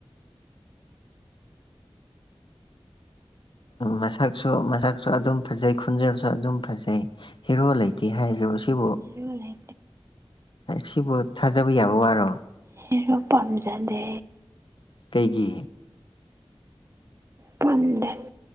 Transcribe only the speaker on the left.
ꯃꯁꯛꯁꯨ ꯃꯁꯛꯁꯨ ꯑꯗꯨꯝ ꯐꯖꯩ ꯈꯣꯟꯖꯦꯜꯁꯨ ꯑꯗꯨꯝ ꯐꯖꯩ ꯍꯦꯔꯣ ꯂꯩꯇꯦ ꯍꯥꯏꯁ ꯁꯤꯕꯨ
ꯁꯤꯕꯨ ꯊꯥꯖꯕ ꯌꯥꯕ ꯋꯥꯔꯣ
ꯀꯩꯒꯤ